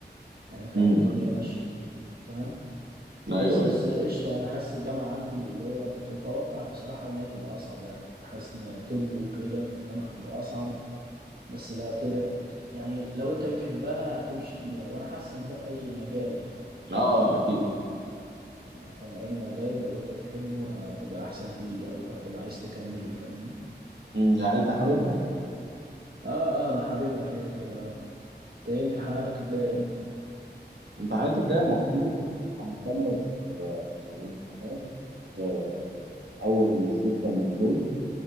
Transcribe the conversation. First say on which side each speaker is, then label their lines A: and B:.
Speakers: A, on the right; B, on the right.
A: يعني فاهم
B: امم
A: الدنيا ماشية فاهم
B: ايوه
A: بس
B: ايوه
A: بس قشطة يعني حاسس الجامعة عندي اللي هو كنت متوقع بصراحة إن هي تبقى أصعب يعني كنت حاسس إن طب وكده فالجامعة تبقى أصعب بس لا طلعت يعني لو أنت بتحبها هتمشي فيها وأنا حاسس إن ده في أي مجال يعني
B: اه اكيد
A: يعني فاهم أي مجال لو أنت بتحبه هتبقى أحسن فيه أو هتبقى عايز تكمله فاهمني
B: مم. يعني انت حاببها
A: آه آه أنا حاببها كده كده آه أنت إيه امتحاناتك الجاية إمتى؟
B: الامتحانات الجاية المفروض هخلص آه، الامتحانات آه، أول ستة المفروض